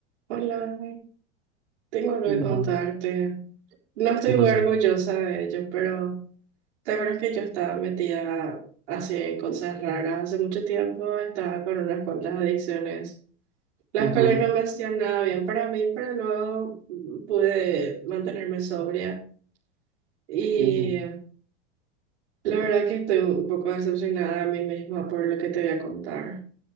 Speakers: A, on the right; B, on the right.
A: Hola, tengo algo
B: Hola,
A: que contarte. No estoy
B: ¿qué
A: muy
B: pasó?
A: orgullosa de ello, pero la verdad es que yo estaba metida así en cosas raras hace mucho tiempo, estaba con unas cuantas adicciones, las
B: Ujú,
A: cuales no me hacían nada bien para mí, pero luego mm, pude mantenerme sobria y
B: ujú,
A: la verdad que estoy un poco decepcionada de mí misma por lo que te voy a contar.